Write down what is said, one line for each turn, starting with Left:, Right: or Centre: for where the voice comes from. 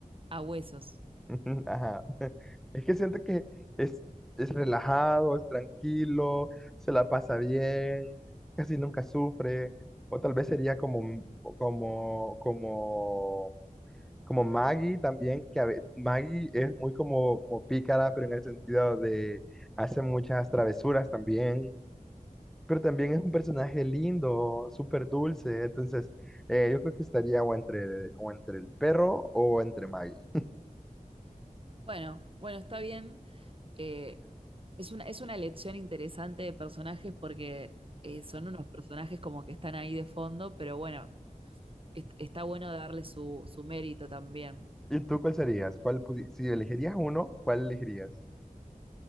Right: A huesos.
Centre: <laughs> Ajá. <laughs> Es que siento que es, es relajado, es tranquilo, se la pasa bien, casi nunca sufre. O tal vez sería como, M- como, como, como Maggie también, que a ve- Maggie es muy como, como pícara, pero en el sentido de hace muchas travesuras también. Pero también es un personaje lindo, súper dulce. Entonces, eh, yo creo que estaría o entre, o entre el perro o entre Maggie.
Right: Bueno, bueno, está bien. Eh, Es una, es una elección interesante de personajes porque eh, son unos personajes como que están ahí de fondo, pero bueno, est- está bueno darle su, su mérito también.
Centre: ¿Y tú cuál serías? ¿Cuál pudi- si elegirías uno, cuál elegirías?